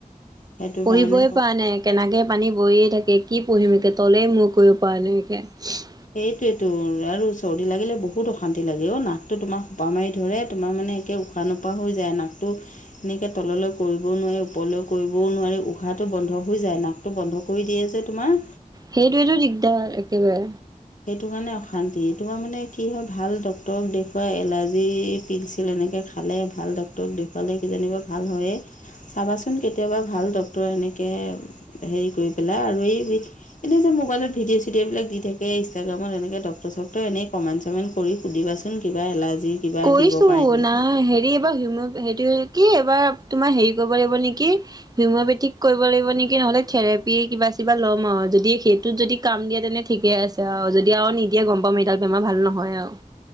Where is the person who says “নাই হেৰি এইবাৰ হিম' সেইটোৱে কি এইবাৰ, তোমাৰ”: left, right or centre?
Right